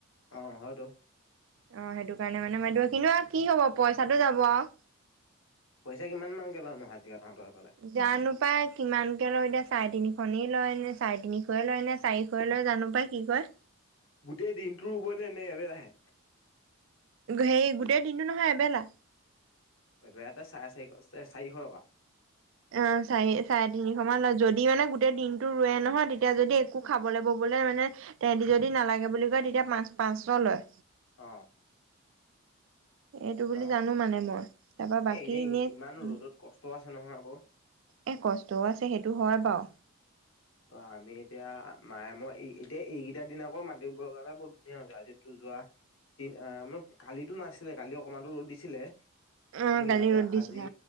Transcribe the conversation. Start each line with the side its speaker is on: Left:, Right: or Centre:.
Left: অ হয়তো।
Right: অ সেইটো কাৰণে মানে বাইদেউ কিন্তু আও কি হব পইচাটো যাব আৰু।
Left: পইচা কিমান মানকে লয় নো হাজিৰা তহঁতৰ সেইফালে?
Right: জানো পাই কিমানকে লৈ দে চাৰে তিনি খনেই লয়নে চাৰে তিনিশয়ে লয় নে চাৰিশয়লৈ জানো পাই কি কয়?
Left: গোটেই দিনটো ৰুব নে এনে এবেলাহে?
Right: হেই গোটেই দিনটো নহয় এবেলা।
Left: এবেলাতে চাৰে চাৰিশ- চাৰিশ টকা।
Right: অ চাৰি চাৰে তিনিশ মান লয় যদি মানে গোটেই দিনটো ৰুৱে নহয় তেতিয়া যদি একো খাবলে ববলে মানে তেহেঁতি যদি নালাগে বুলি কয় তেতিয়া পাঁচ পাঁচশ লয়।
Left: অ
Right: এইটো বুলি
Left: অ
Right: জানো মানে মই তাৰপৰা বাকী
Left: এই
Right: এনেই
Left: ইমান ৰ'দত কষ্ট আছে নহয় আকৌ।
Right: এই কষ্টও আছে সেইটো হয় বাৰু।
Left: ত আমি এতিয়া মায়ে মই এই এই টে এইকেইটা দিন আকৌ মাটি ৰুবৰ কাৰণে বহুত ধুনীয়া হৈছে আজিতো যোৱা। তিন আ মান কালিটো নাছিলে কালি অকণমানো টো ৰ'দ দিছিলে
Right: অ
Left: কিন্তু
Right: কালি
Left: ইয়াতে
Right: ৰ'দ দিছিলে
Left: আজি